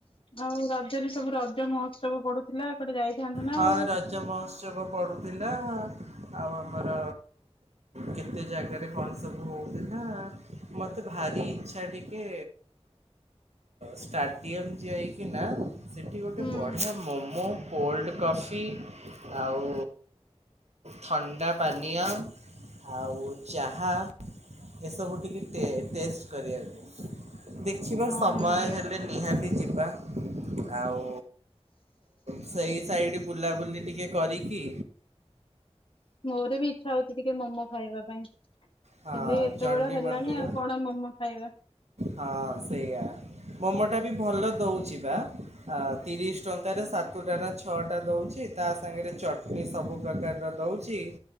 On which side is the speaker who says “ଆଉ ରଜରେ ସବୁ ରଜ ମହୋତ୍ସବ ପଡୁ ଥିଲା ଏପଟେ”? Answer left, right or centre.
Left